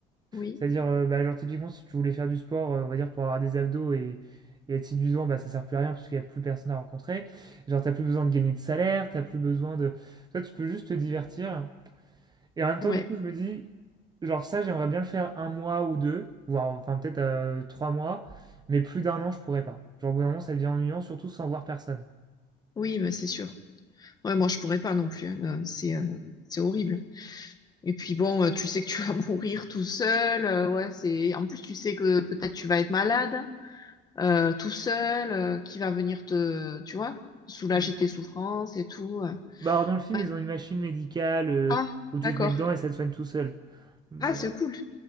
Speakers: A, on the left; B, on the right.
A: oui,
B: C'est-à-dire, euh, bah, genre, typiquement, si tu voulais faire du sport, euh, on va dire, pour avoir des abdos et, et être séduisant, bah, ça sert plus à rien parce qu'il n'y a plus personne à rencontrer. Genre, t'as plus besoin de gagner de salaire, t'as plus besoin de. Toi, tu peux juste te divertir et en même temps,
A: ouais.
B: du coup, je me dis, genre ça, j'aimerais bien le faire un mois ou deux, voire enfin peut-être euh, trois mois, mais plus d'un an, je pourrais pas. Genre au bout d'un moment, ça devient ennuyant, surtout sans voir personne.
A: Oui, mais c'est sûr. Ouais, moi, je pourrais pas non plus. hein. Euh, C'est euh, c'est horrible. Et puis bon, euh, tu sais que tu vas <laughs> mourir tout seul. euh, ouais, c'est. En plus, tu sais que peut-être tu vas être malade. euh, tout seul, euh, qui va venir te, tu vois, soulager
B: Mm.
A: tes souffrances et tout. euh.
B: Bah alors dans le film,
A: Ouais.
B: ils ont une machine médicale euh,
A: Ah,
B: où tu
A: d'accord.
B: te mets dedans et ça te soigne tout seul. Mais,
A: Ah, c'est
B: euh,
A: cool.